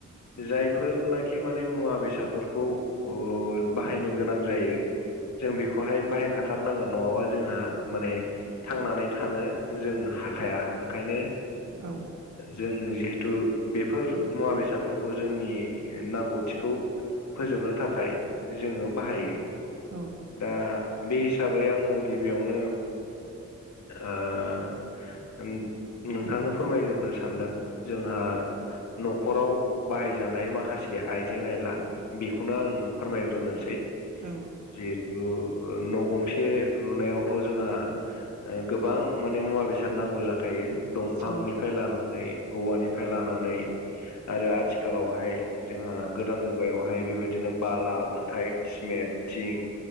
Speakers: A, on the left; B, on the right.
A: जायफोरनाखि माने मुवा बेसादफोरखौ उ बाहायनो गोनां जायो जों बेखौहाय बाहायखाथारनांगोन नङाबा जोंहा माने थांनानै थानो जों हाखाया ओंखायनो
B: औ
A: जों जिहेथु बेफोर मुवा बेसादफोरखौ जोंनि नांगौथिखौ फोजोबनो थाखाय जोङो बाहायो।
B: औ
A: दा बे हिसाबै आङो गिबियावनो ओ नोंथांनो फोरमायग्रोनो सानदों जोंहा न'खराव बाहायजानाय माखासे आइजें आइला बेखौनो आं फोरमायग्रोनोसै।
B: औ
A: जिहेथु न' गंसे लुनायावथ' जोंहा गोबां माने मुवा बेसाद नांगौ जाखायो दंफांनिफ्राय
B: औ
A: लानानै औवानिफ्राय लानानै आरो आथिखालावहाय जोंहा गोदान मुगायावहाय बेबायदिनो बाला अन्थाइ सिमेटिं